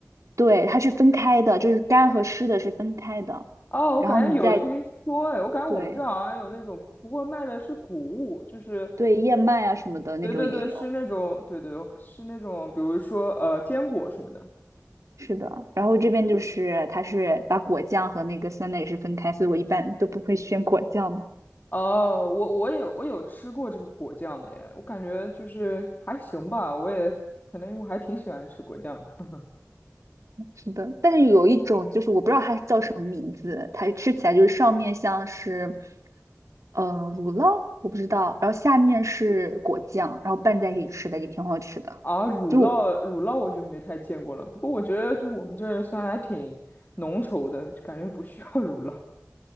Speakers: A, on the right; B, on the left.
A: 对，它是分开的，就是干和湿的是分开的。
B: 哦，我感觉有听说，
A: 然后你再
B: 哎，我感觉我们这好像有那种，
A: 对
B: 不过卖的是谷物，就是
A: 对燕麦啊什么的那种也有，
B: 对对对，是那种，对对，是那种，比如说呃，坚果什么的。
A: 是的。然后这边就是它是把果酱和那个酸奶也是分开，所以我一般都不会选果酱的。
B: 哦，我我有我有吃过这个果酱的耶，我感觉就是还行吧，我也可能因为我还挺喜欢吃果酱的。
A: 是的，但是有一种就是我不知道它叫什么名字，它吃起来就是上面像是，嗯、乳酪，我不知道，然后下面是果酱，然后拌在一起吃的也挺好吃的。
B: 啊，乳酪乳酪我就没太见过了，
A: 就
B: 不过我觉得就我们这儿算还挺浓稠的，就感觉不需要 <laughs> 乳酪。